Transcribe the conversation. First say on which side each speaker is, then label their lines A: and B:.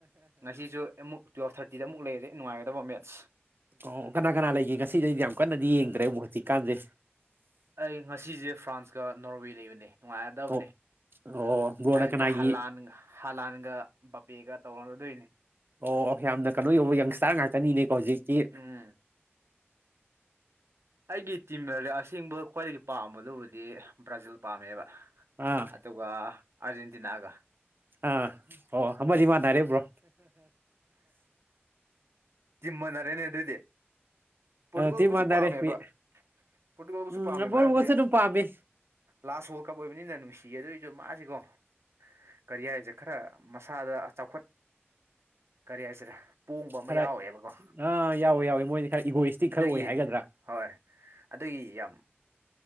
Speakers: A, on the right; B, on the right.
A: ꯉꯁꯤꯁꯨ ꯑꯃꯨꯛ ꯇꯨꯌꯦꯜꯞ ꯊꯥꯔꯇꯤꯗ ꯑꯃꯨꯛ ꯂꯩꯔꯦ ꯅꯨꯡꯉꯥꯏꯒꯗꯕ ꯃꯦꯠꯁ
B: ꯑꯣ ꯀꯅꯥ ꯀꯅꯥ ꯂꯩꯒꯦ ꯉꯁꯤꯗꯩꯗꯤ ꯌꯥꯝ ꯀꯟꯅꯗꯤ ꯌꯦꯡꯗ꯭ꯔꯦꯕꯨ ꯍꯧꯖꯤꯛꯀꯥꯟꯁꯦ
A: ꯑꯩ ꯉꯁꯤꯁꯦ ꯐ꯭ꯔꯥꯟꯁꯀ ꯅꯣꯔꯋꯦ ꯂꯩꯕꯅꯦ ꯅꯨꯡꯉꯥꯏꯔꯗꯕꯅꯤ
B: ꯑꯣ ꯑꯣ ꯕ꯭ꯔꯣꯅ
A: ꯍꯥꯏꯕꯗꯤ
B: ꯀꯅꯥꯒꯤ
A: ꯍꯂꯥꯟꯒ ꯍꯂꯥꯟꯒ ꯄꯦꯒ ꯇꯧꯅꯔꯗꯣꯏꯅꯦ
B: ꯑꯣ ꯑꯣ ꯌꯥꯝꯅ ꯀꯩꯅꯣ ꯌꯕ ꯌꯪꯁꯇꯥꯔ ꯉꯥꯛꯇꯅꯤꯅꯦꯀꯣ ꯍꯧꯖꯤꯛꯇꯤ
A: ꯎꯝ ꯑꯩꯒꯤ ꯇꯤꯝ ꯑꯁꯦꯡꯕ ꯈ꯭ꯋꯥꯏꯗꯒꯤ ꯄꯥꯝꯕꯗꯨꯕꯨꯗꯤ ꯕ꯭ꯔꯥꯖꯤꯜ ꯄꯥꯝꯃꯦꯕ
B: ꯑꯥ
A: ꯑꯗꯨꯒ ꯑꯔꯖꯦꯟꯇꯤꯅꯥꯒ
B: ꯑꯥ ꯑꯣ ꯑꯃꯗꯤ ꯃꯥꯅꯔꯦꯕ꯭ꯔꯣ
A: ꯇꯤꯝꯃꯥꯟꯅꯔꯦꯅꯦ ꯑꯗꯨꯗꯤ ꯄꯣꯔꯇꯨꯒꯜꯕꯨꯁꯨ
B: ꯑ ꯇꯤꯝ ꯃꯥꯟꯅꯔꯦ
A: ꯄꯥꯝꯃꯦꯕ
B: ꯑꯩꯈꯣꯏ
A: ꯄꯣꯔꯇꯨꯒꯣꯜꯕꯨꯁꯨ
B: ꯎꯝ
A: ꯄꯥꯝꯃꯦꯕ
B: ꯄꯣꯔꯇꯨꯒꯜꯁꯨ
A: ꯍꯥꯏꯕꯗꯤ
B: ꯑꯗꯨꯝ ꯄꯥꯝꯃꯤ
A: ꯂꯥꯁ ꯋꯥꯔꯜ ꯀꯞ ꯑꯣꯏꯕꯅꯤꯅ ꯅꯨꯡꯁꯤ ꯆꯤ ꯑꯗꯨꯏꯁꯨ ꯃꯥꯁꯤꯀꯣ ꯀꯔꯤ ꯍꯥꯏꯔꯤꯁꯦ ꯈꯔ ꯃꯁꯥꯗ ꯆꯥꯎꯈꯠ ꯀꯔꯤ ꯍꯥꯏꯁꯤꯔꯦ ꯄꯣꯡꯕ ꯑꯃ
B: ꯈꯔ
A: ꯌꯥꯎꯋꯦꯕꯀꯣ
B: ꯑꯥ ꯌꯥꯎꯋꯦ ꯌꯥꯎꯋꯦ ꯃꯣꯏꯗꯤ ꯈꯔ ꯏꯒꯣꯏꯁꯇꯤꯛ
A: ꯑꯗꯨꯒꯤ
B: ꯈꯔ ꯑꯣꯏ ꯍꯥꯏꯒꯗ꯭ꯔꯥ
A: ꯍꯣꯏ ꯑꯗꯨꯒꯤ ꯌꯥꯝ